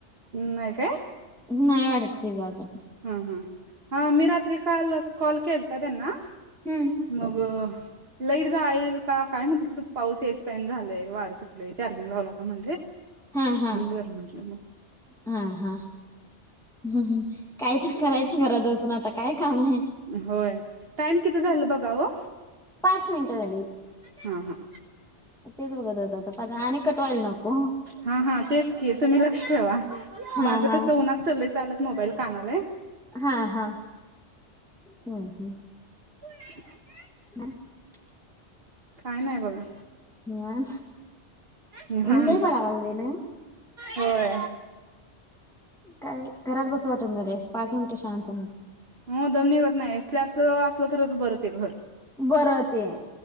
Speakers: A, on the right; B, in the centre.
A: नाय काय?
B: नाय वाटतेजाच.
A: हम हम हा मी रात्री काल कॉल केलता त्यांना
B: हम्म
A: मग. लाईट जाईल का काय म्हणत त पाऊस यायचं टाइम झालाय वार सुटलय चार्जिंग लावला होता म्हणले.
B: हा हा.
A: बर म्हंटलं मग
B: हा हा हम् कायतरी करायचं घरात ब सून आता काय काम हाय?
A: होय टाइम किती झाल बघा हो.
B: पाच मिनटं झाली.
A: हा हा.
B: तेच बघत होतो तो पाच आणि कटवायल नको.
A: हा हा तेच की तुम्ही लक्ष ठेवा
B: हा
A: माझं
B: हा
A: कसं उन्हात चललंय चालत मोबाईल कानालाय.
B: हा हा हम्म हम्म.
A: फुल राईस खाता.
B: <unintelligible>
A: काय नाय बघा.
B: निवांत
A: निहान्त
B: ऊन लय पडाय लागलय नाही
A: होय.
B: काय घरात बसू वाटण झालाय पाच मिनटे शांत ना.
A: हो दम निघत नाही आहे स्लॅब च असलं तरच बर ते घर.
B: बरं ते